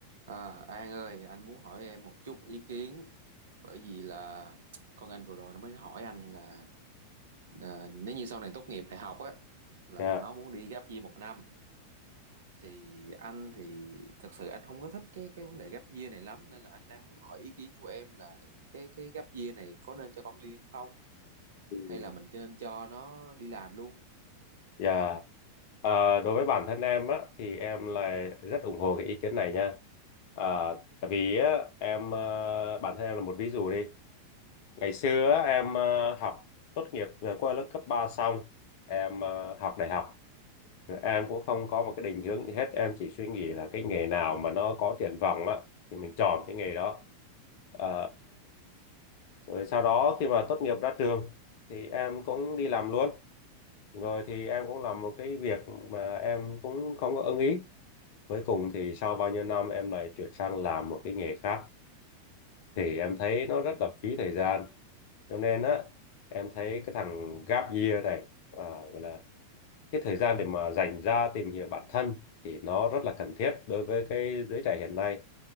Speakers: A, on the right; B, on the left.
A: À, An ơi, anh muốn hỏi em một chút ý kiến bởi vì là con anh vừa rồi nó mới hỏi anh là à, nếu như sau này tốt nghiệp đại học á là
B: Dạ.
A: nó muốn đi gap year một năm thì anh thì thật sự anh không có thích cái cái vấn đề gap year này lắm nên là anh đang muốn hỏi ý kiến của em là cái cái gap year này có nên cho con đi không
B: Ừ.
A: hay là mình nên cho nó đi làm luôn.
B: Dạ. Ờ, đối với bản thân em á thì em là rất ủng hộ cái ý kiến này nha. Ờ, tại vì á, em ờ, bản thân em là một ví dụ đi. Ngày xưa á, em ờ, học tốt nghiệp ờ, qua lớp cấp 3 xong, em ờ, học đại học. Rồi em cũng không có một cái định hướng gì hết, em chỉ suy nghĩ là cái nghề nào mà nó có triển vọng á thì mình chọn cái nghề đó. Ờ, rồi sau đó khi mà tốt nghiệp ra trường thì em cũng đi làm luôn rồi thì em cũng làm một cái việc mà em cũng không có ưng ý cuối cùng thì sau bao nhiêu năm em lại chuyển sang làm một cái nghề khác thì em thấy nó rất là phí thời gian cho nên á em thấy cái thằng gap year này à, gọi là cái thời gian để mà dành ra tìm hiểu bản thân thì nó rất là cần thiết đối với cái giới trẻ hiện nay